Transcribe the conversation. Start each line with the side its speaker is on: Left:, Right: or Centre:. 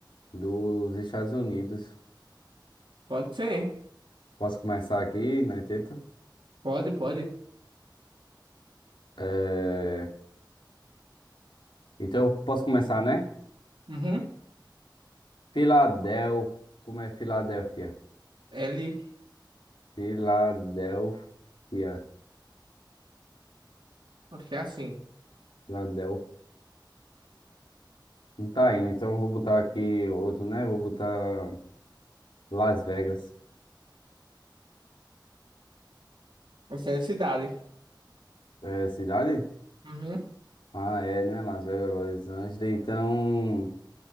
Left: dos Estados Unidos.
Right: Pode ser, hein?
Left: Posso começar aqui, né? Tenta.
Right: Pode, pode.
Left: É, Então, eu posso começar, né?
Right: Uhum.
Left: Filadélfia. Como é Filadélfia?
Right: L,
Left: Filadélfia.
Right: acho que é assim.
Left: Filadélfia. Não tá indo, então eu vou botar aqui outro, né? Vou botar. Las Vegas.
Right: Essa é a cidade.
Left: É cidade?
Right: Uhum,
Left: Ah, é, né? Las Vegas, Los Angeles. Então,